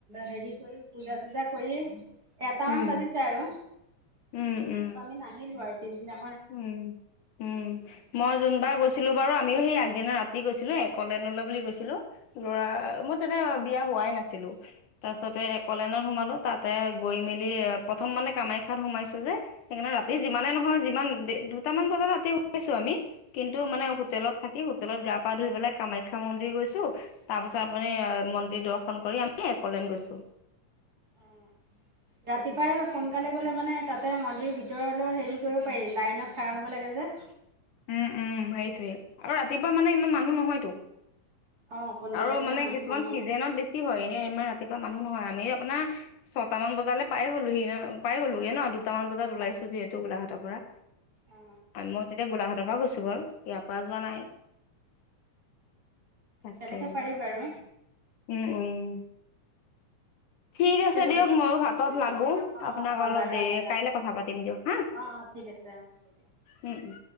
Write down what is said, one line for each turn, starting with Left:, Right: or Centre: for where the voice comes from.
Right: হেৰী কৈ পূজা চূজা কৰি এটামান
Left: উম
Right: বাজিছে আৰু।
Left: উম উম
Right: আকৌ আমি নাহিলো আৰু পিছদিনা
Left: উম। উম, মই যোনবাৰ গৈ ছিলো বাৰু আমিও হেৰী আগদিনা ৰাতি গৈছিলো অকলেণ্ড বুলি গৈছিলো ল'ৰা
Right: অ
Left: মোৰ তেতিয়া বিয়া হোৱ পাই নাছিলো। তাৰ পাছতে কলেনত সোমালো তাতে গৈ মেলি প্ৰথম মানে কামাখ্যাত সোমাইছো যে। সেইকাৰণে ৰাতি যিমানে নহয় যিমান দুটামান বজাত ৰাতি উলাইছো আমি। কিন্তু মানে হোটেলত থাকি হোটেলত গা পা ধুই পেলাই কামাখ্যা মন্দিৰ গৈছো। তাৰপাছত
Right: উম
Left: আপুনি মন্দিৰ দৰ্শন কৰি আমি একলেন গৈছোঁ।
Right: উম। ৰাতিপুৱাই সোনকালে গলে মানে তাতে মন্দিৰ ভিতৰলৈৰ হেৰি কৰিব পাৰি লাইনত খাৰা হ'ব লাগে যে।
Left: উম, উম সেইটোৱেই আৰু ৰাতিপুৱা মানে ইমান মানুহ নহয়তো।
Right: অ সোনকালে
Left: আৰু
Right: গ'লে
Left: মানে
Right: মানুহ
Left: কিছুমান
Right: নহয়
Left: চিজনত বেছি হয় এনে ইমান ৰাতিপুৱা মানুহ নহয়। আমি আপোনাৰ ছট মান বজালে পাই গ'লো সি পাই গ'লো হে ন দু কেইটামান বজাত ওলাইছো
Right: অ
Left: যিহেতু গোলাঘাটৰ পৰা
Right: অ
Left: মই তেতিয়া গোলাঘাটৰ পৰা গৈছো বাৰু। এয়াপা প্যোৱা
Right: অ
Left: নাই। তাকে।
Right: তেনেকে পাৰি বাৰু
Left: উম, উম। ঠিক আছে
Right: সেইটোৱে
Left: দিয়ক মইো ভাতত লাগো
Right: অ
Left: আপোনাক
Right: অ অ
Left: অলপ
Right: লাগা
Left: দেৰি
Right: লাগা
Left: কাইলে কথা পাতিম দিয়ক। হা।
Right: অ' অ' ঠিক আছে। অ হ'ব দিয়া।
Left: উম, উম।